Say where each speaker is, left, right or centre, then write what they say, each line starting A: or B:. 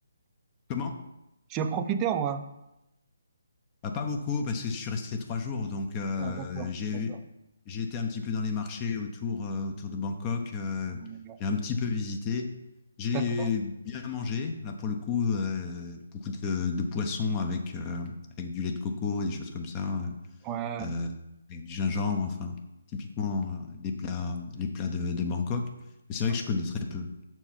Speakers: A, on the left; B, on the right.
A: Comment?
B: Tu as profité au moins.
A: Bah, pas beaucoup, parce que je suis resté trois jours. Donc, euh,
B: Ah, d'accord,
A: j'ai,
B: d'accord.
A: j'ai été un petit peu dans les marchés autour, euh, autour de Bangkok. euh,
B: Ouais,
A: j'ai un petit peu visité. J'ai
B: D'accord.
A: bien mangé, là pour le coup, euh, beaucoup de, de poissons avec, euh, avec du lait de coco, des choses comme ça,
B: Ouais.
A: euh, avec du gingembre, enfin, typiquement euh, les plats, les plats de, de Bangkok. Mais c'est vrai
B: ouais.
A: que je connais très peu.